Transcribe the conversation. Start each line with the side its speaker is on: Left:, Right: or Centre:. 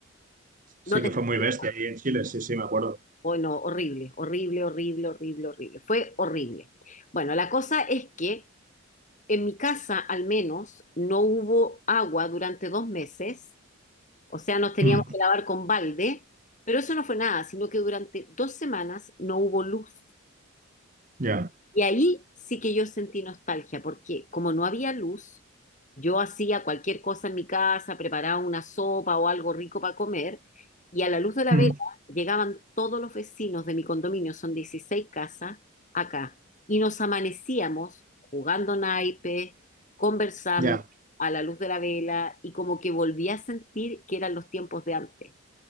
Left: No
Right: Sí
Left: te
Right: que
Left: explico.
Right: fue muy bestia ahí en Chile, sí, sí, me acuerdo.
Left: Oh, no, horrible, horrible, horrible, horrible, horrible. Fue horrible. Bueno, la cosa es que en mi casa al menos no hubo agua durante dos meses, o sea, nos teníamos
Right: Mm,
Left: que lavar con balde, pero eso no fue nada, sino que durante dos semanas no hubo luz.
Right: ya,
Left: Y ahí sí que yo sentí nostalgia, porque como no había luz, yo hacía cualquier cosa en mi casa, preparaba una sopa o algo rico para comer, y a la luz de la
Right: mm,
Left: vela llegaban todos los vecinos de mi condominio, son 16 casas, acá, y nos amanecíamos jugando naipes, conversando
Right: ya,
Left: a la luz de la vela, y como que volví a sentir que eran los tiempos de antes.